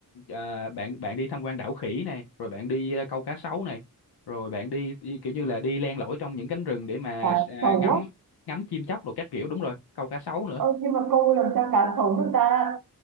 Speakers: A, on the left; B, on the right.
A: ờ, bạn bạn đi tham quan đảo khỉ này, rồi bạn đi ờ, câu cá sấu này, rồi bạn đi, đi kiểu như là đi len lỏi trong những cánh rừng để mà
B: À,
A: à,
B: xấu
A: ngắm
B: á.
A: ngắm chim chóc đồ các kiểu đúng rồi, câu cá sấu nữa.
B: Ơ nhưng mà cô làm sao cá sấu được ta